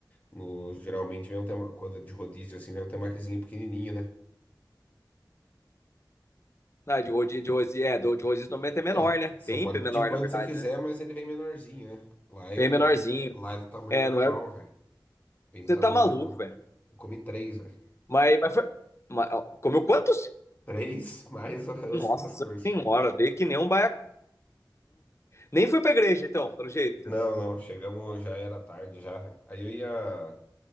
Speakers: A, on the left; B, on the left.
A: No, geralmente vem um tema, quando é de rodízio assim, vem um temakizinho pequenininho, né?
B: Ah, de rodízio, de rodízio, é, do- de rodízio normalmente é menor,
A: É,
B: né?
A: você
B: Bem
A: pode
B: menor,
A: pedir quanto
B: na verdade,
A: você quiser,
B: né?
A: mas ele vem menorzinho, né? Lá é,
B: Bem menorzinho.
A: lá, é- lá é do tamanho
B: É,
A: normal,
B: não é...
A: velho. Vem do
B: Você
A: tamanho
B: tá maluco,
A: normal.
B: velho.
A: Eu comi três, velho.
B: Mas, mas foi... mas, ó, comeu quantos?
A: Três <laughs> mais o resto
B: Nossa
A: das coisas.
B: senhora, veio que nem um baiacu. Nem fui pra igreja, então, pelo jeito.
A: Não, não, chegamos, já era tarde já, velho. Aí eu ia.